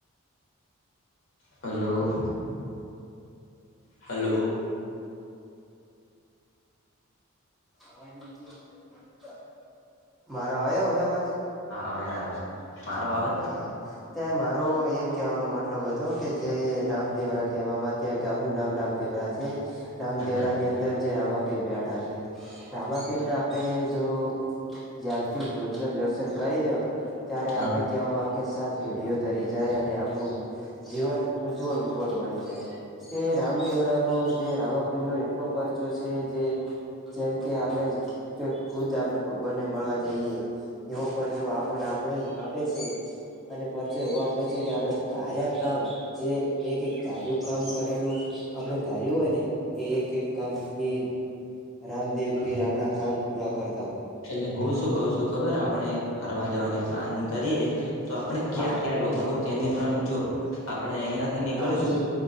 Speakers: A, on the left (about 65°); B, in the centre.
A: Hello hello.
B: અવાજ નથી આવતો. મારો આયો હવે અવાજ. હા
A: હવે
B: આવે
A: આવ્યો મારો આવે
B: છે. હા, તે મારો એમ કેવાનો મતલબ હતો કે જે રામદેવરા કહેવામાં ત્યાં ગામ નું નામ રામદેવરા છે. રામદેવરા
A: અચ્છા
B: ની અંદર જે રામાપીર બેઠા છે રામાપીરને આપણેે જો જાગતિક જ્યોતીય દર્શન કરી દો ત્યારે
A: હા
B: આપ પડે કેવામાં આવે કે સાત પેઢીઓ તરી જાય અને આપણું જીવન ઉજ્જવળ ઉજ્જવળ બની જાય. તે રામદેવરા નું જે રામાપીર નો એટલો પરર્ચો છે, જે જેમ કે આપણે ખુદ આપડે ભગવાનને મળવા જઈએ એવો પરર્ચો આપને આપણી. આપે છે અને પરચે એવો આપે છે કે આપણે તાર્યા કામ, જે એક એક ધાર્યું કામ કરેલું આપણે ધાર્યું હોય ને, એ એક એક કામ એ. રામદેવ પીર
A: હા
B: આપણા કામ પૂરા કરે.
A: એટલે હું શું કઉ છું? ખબર આપણે ફરવા જવાની પ્લાનિંગ કરીએ. તો આપણે ક્યાં
B: હા હા
A: ક્યાં રોકાવું તેની પણ અને જો આપ આપણે અહિંયા થી નીકળીશું
B: હા